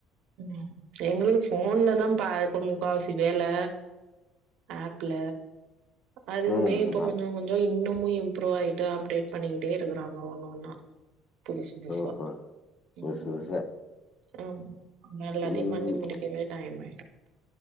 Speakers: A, on the right; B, on the left.
A: உம் எங்களுக் ஃபோன்ல தா பா முக்கா வாசி வேல ஆப்ல அதுக்குமே
B: ம்
A: இப்ப
B: ஆ
A: கொஞ்சோ கொஞ்சோ இன்னமு இம்ப்ரூவ் ஆயிட்டு அப்டேட் பண்ணிக்கிட்டே இருக்கறாங்க ஒன்னொன்ன புதுசு புதுசா
B: ஓஹோ புதுசு
A: உம்
B: புதுசா
A: ஆம் எல்லாத்தயு
B: ம்
A: பண்ணி முடிக்கவே டைம் ஆயிடும்